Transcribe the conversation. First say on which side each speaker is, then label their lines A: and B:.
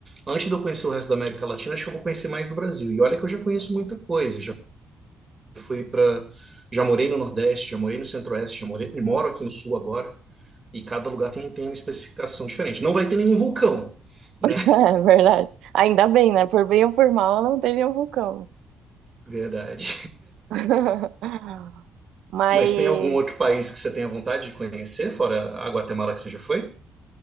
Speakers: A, on the right (about 25°); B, on the right (about 80°).
A: antes de eu conhecer o resto da América Latina, acho que eu vou conhecer mais do Brasil. E olha que eu já conheço muita coisa, já fui para, já morei no Nordeste, já morei no Centro-Oeste, já morei, moro aqui no Sul agora, e cada lugar tem, tem uma especificação diferente. Não vai ter nenhum vulcão, né?
B: <laughs> É verdade. Ainda bem, né? Por bem ou por mal, não teve um vulcão.
A: <laughs> Verdade.
B: <laughs> Mas,
A: Mas tem algum outro país que você tenha vontade de conhecer, fora a Guatemala que você já foi?